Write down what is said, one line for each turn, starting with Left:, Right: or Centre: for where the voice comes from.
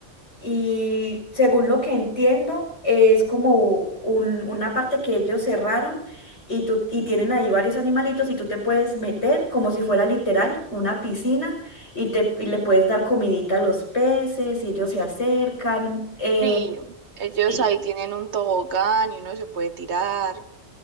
Left: Y según lo que entiendo, es como un- una parte que ellos cerraron y, tú, y tienen ahí varios animalitos y tú te puedes meter como si fuera literal una piscina y, te, y le puedes dar comidita a los peces y ellos se acercan. eh,
Right: Sí, ellos
Left: sí.
Right: ahí tienen un tobogán y uno se puede tirar.